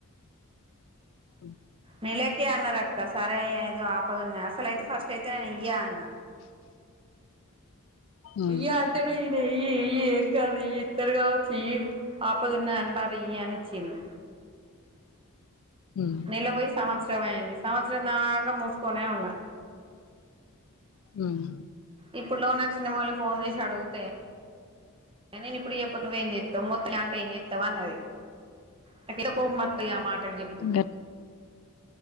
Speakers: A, on the left (about 65°); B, on the right (about 25°).
A: మ్
B: నెలక్ కే అన్నార్ అక్క సరే అ ఏదో ఆప్ పాది ఉన్నాయ అసలైతే ఫస్ట్ టైతే నేన్ ఇయ్యా అన్నా
A: ఉమ్
B: ఇయ్యి ఎమ్ కాద్ ఇయ్యి తిరగా వచ్చి ఇయ్యి పాప తిన్నది అంటార్రు ఇయ్యి అని చిన్ను
A: ఉమ్
B: నెల పొయి సంవత్సరం అయింది సంవత్సరం దాకా మూసుకోనే ఉన్నా
A: మ్మ్
B: ఇప్పుడు లోన్ వచ్చిన వాళ్ళు ఫోన్ చేసి అడుగుతే నేను ఇప్పుడు చెప్ప నువేం చెత్ మొత్తలా అంటే ఏం చేత్ ఇత్తవా అన్నది నాకు ఎంత కోపం వత్తది ఆ మాటకు చెప్పు
A: గట్